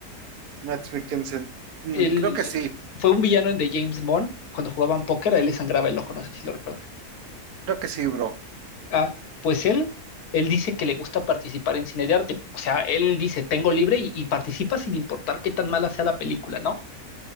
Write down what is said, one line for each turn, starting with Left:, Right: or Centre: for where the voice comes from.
Right: Matt Mikkelsen. Mm,
Left: Él
Right: Creo que
Left: eh,
Right: sí,
Left: fue un villano en The James Bond. Cuando jugaban póker, a él le sangraba el ojo, no sé si lo recuerdas.
Right: creo que sí, bro.
Left: Ah, pues él, él dice que le gusta participar en cine de arte. O sea, él dice, tengo libre y, y participa sin importar qué tan mala sea la película, ¿no?